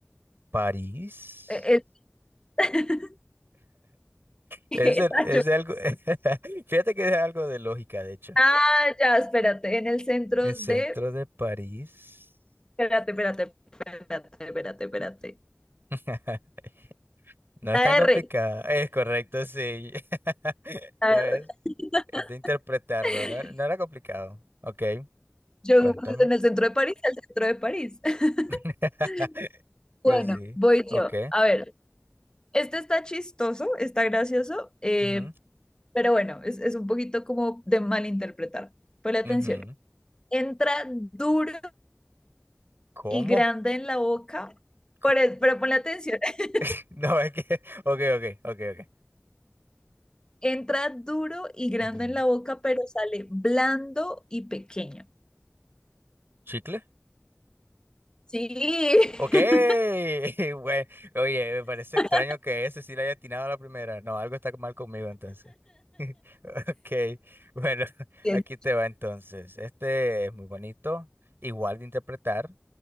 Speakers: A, on the right; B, on the left.
A: París.
B: Ah, eh, eh, <laughs>
A: Es
B: Exacto.
A: de, es de algo, <laughs> fíjate que es algo de lógica, de hecho.
B: Ah, ya, espérate, en el centro
A: El centro
B: de...
A: de París.
B: Espérate, espérate, espérate, espérate, espérate.
A: <laughs> No es
B: La
A: tan complicado.
B: R,
A: Es correcto, sí. <laughs>
B: la
A: Ya
B: R.
A: ves,
B: <laughs>
A: es de interpretarlo. No, era no era complicado. Ok,
B: Yo,
A: cuéntame.
B: pues, en el centro de París, el centro de París. <laughs>
A: <laughs> Pues
B: Bueno,
A: sí,
B: voy
A: ok.
B: yo. A ver, este está chistoso, está gracioso, eh,
A: Ujú,
B: pero bueno, es, es un poquito como de malinterpretar. Ponle atención.
A: ujú.
B: Entra duro
A: ¿Cómo?
B: y grande en la boca,
A: Cu-
B: pero, pero ponle atención. <laughs>
A: <laughs> No, es que. Ok, ok, ok, ok.
B: Entra duro y grande
A: Ujú.
B: en la boca, pero sale blando y pequeño.
A: ¿Chicle?
B: Sí.
A: Ok, <laughs> güey. Oye, me parece
B: <laughs>
A: extraño que ese sí le haya atinado a la primera. No, algo está mal conmigo entonces. <laughs> Ok, bueno, <laughs>
B: Bien.
A: aquí te va entonces. Este es muy bonito, igual de interpretar